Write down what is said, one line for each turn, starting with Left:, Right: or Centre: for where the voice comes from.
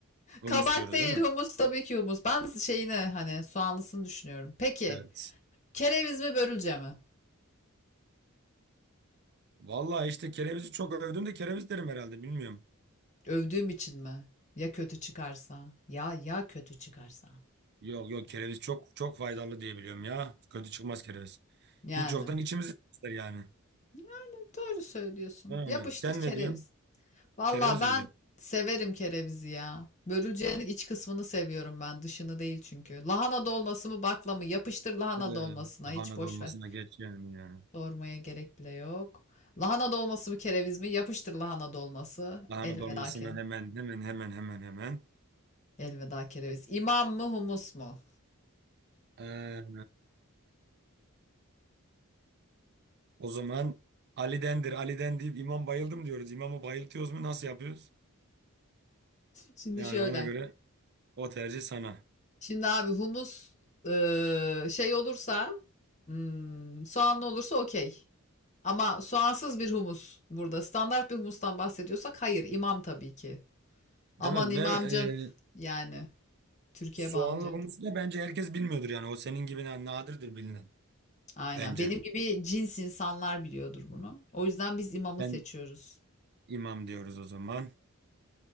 Right: Humus
Left: Kabak
Right: diyoruz
Left: değil
Right: değil mi?
Left: humus tabii ki humus. Ben şeyine hani soğanlısını düşünüyorum. Peki
Right: Evet.
Left: kereviz mi börülce mi?
Right: Vallahi işte kerevizi çok övdün de kereviz derim herhalde bilmiyorum.
Left: Övdüğüm için mi? Ya kötü çıkarsa? Ya ya kötü çıkarsa?
Right: Yok yok kereviz çok çok faydalı diye biliyorum ya. Kötü çıkmaz kereviz.
Left: Yani.
Right: Hiç yoktan içimizi temizler yani.
Left: Yani doğru söylüyorsun.
Right: Yani
Left: Yapıştır
Right: sen
Left: kereviz.
Right: ne diyorsun?
Left: Valla
Right: Kereviz
Left: ben
Right: mi diyorsun?
Left: severim kerevizi ya. Börülcenin iç kısmını seviyorum ben. Dışını değil çünkü. Lahana dolması mı bakla mı? Yapıştır lahana
Right: Evet,
Left: dolmasına.
Right: lahana
Left: Hiç boş
Right: dolmasına
Left: ver.
Right: geç yani ya.
Left: Sormaya gerek bile yok. Lahana dolması mı kereviz mi? Yapıştır lahana dolması.
Right: Lahana
Left: Elveda
Right: dolmasına
Left: kere.
Right: hemen hemen hemen hemen hemen.
Left: Elveda kereviz. İmam mı humus mu?
Right: Ee, O zaman Ali'dendir, Ali'den deyip imam bayıldım diyoruz. İmamı bayıltıyoruz mu nasıl yapıyoruz?
Left: Şimdi
Right: Yani
Left: şöyle.
Right: ona göre o tercih sana.
Left: Şimdi abi humus eee, şey olursa hmm, soğanlı olursa okey. Ama soğansız bir humus burada. Standart bir humustan bahsediyorsak hayır İmam tabii ki. Aman
Right: Değil mi?
Left: imamcan
Right: Ve e,
Left: yani Türkiye
Right: soğanlı
Left: bağlayacaktım.
Right: humusu da bence herkes bilmiyordur yani. O senin gibi na- nadirdir bilinen
Left: Aynen.
Right: bence.
Left: Benim gibi cins insanlar biliyordur bunu. O yüzden biz imamı
Right: Ben
Left: seçiyoruz.
Right: imam diyoruz o zaman.